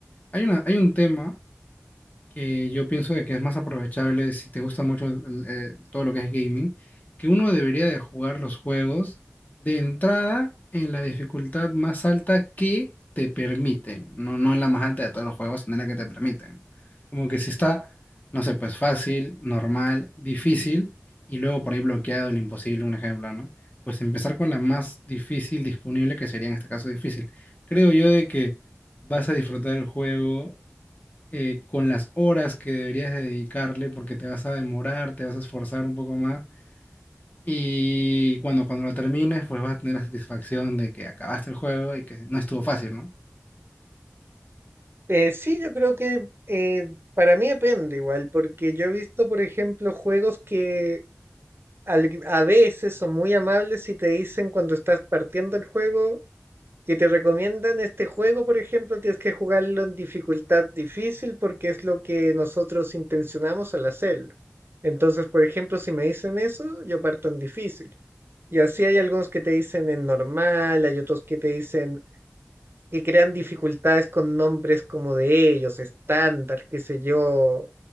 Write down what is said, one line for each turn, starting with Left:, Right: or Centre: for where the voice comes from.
Left: Hay una, hay un tema que yo pienso de que es más aprovechable si te gusta mucho el- el- eh, todo lo que es gaming, que uno debería de jugar los juegos de entrada en la dificultad más alta que te permiten, no, no en la más alta de todos los juegos, sino en la que te permiten. Como que si está, no sé, pues fácil, normal, difícil y luego por ahí bloqueado el imposible, un ejemplo, ¿no? Pues empezar con la más difícil disponible, que sería en este caso difícil. Creo yo de que vas a disfrutar el juego eh, con las horas que deberías de dedicarle, porque te vas a demorar, te vas a esforzar un poco más. Y cuando, cuando lo termines, pues vas a tener la satisfacción de que acabaste el juego y que no estuvo fácil, ¿no?
Right: Eh, sí, yo creo que eh, para mí depende igual, porque yo he visto, por ejemplo, juegos que al- a veces son muy amables y te dicen cuando estás partiendo el juego que te recomiendan este juego, por ejemplo, tienes que jugarlo en dificultad difícil porque es lo que nosotros intencionamos al hacerlo. Entonces, por ejemplo, si me dicen eso, yo parto en difícil. Y así hay algunos que te dicen en normal, hay otros que te dicen que crean dificultades con nombres como de ellos, estándar, qué sé yo,